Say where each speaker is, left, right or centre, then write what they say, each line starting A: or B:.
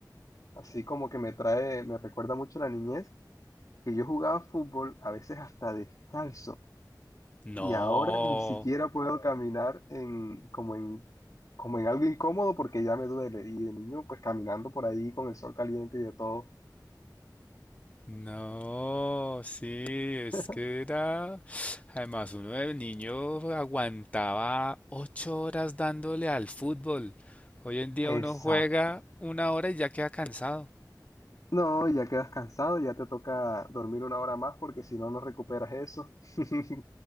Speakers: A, on the left (about 50°); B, on the left (about 20°).
A: así como que me trae, me recuerda mucho a la niñez, que yo jugaba fútbol a veces hasta descalzo
B: No.
A: y ahora ni siquiera puedo caminar en, como en, como en algo incómodo porque ya me duele. Y de niño, pues caminando por ahí con el sol caliente y de todo.
B: No, sí, es
A: <laughs>
B: que era... Además, uno de niño aguantaba ocho horas dándole al fútbol. Hoy en día
A: Exacto.
B: uno juega una hora y ya queda cansado.
A: No, ya quedas cansado, ya te toca dormir una hora más porque si no, no recuperas eso. <laughs>